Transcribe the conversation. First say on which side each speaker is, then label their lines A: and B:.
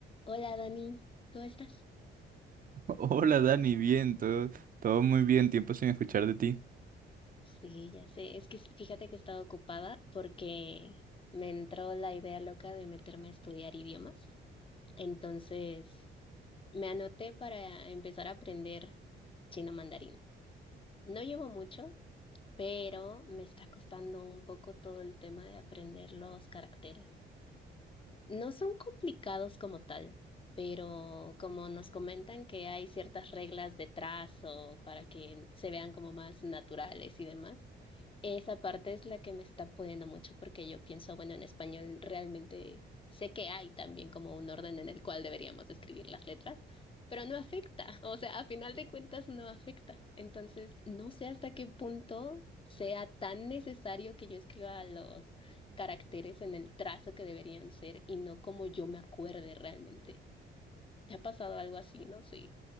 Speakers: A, on the left (about 25°); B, on the right (about 45°).
A: Hola Dani, ¿cómo estás?
B: Hola Dani, bien, todo, todo muy bien, tiempo sin escuchar de ti.
A: Sí, ya sé, es que s- fíjate que he estado ocupada porque me entró la idea loca de meterme a estudiar idiomas. Entonces, me anoté para empezar a aprender chino mandarín. No llevo mucho, pero me está costando un poco todo el tema de aprender los caracteres. No son complicados como tal, pero como nos comentan que hay ciertas reglas de trazo para que se vean como más naturales y demás, esa parte es la que me está poniendo mucho porque yo pienso, bueno, en español realmente sé que hay también como un orden en el cual deberíamos escribir las letras, pero no afecta, <laughs> o sea, a final de cuentas no afecta. Entonces, no sé hasta qué punto sea tan necesario que yo escriba los caracteres en el trazo que deberían ser y no como yo me acuerde realmente. ¿Te ha pasado algo así? No, sí.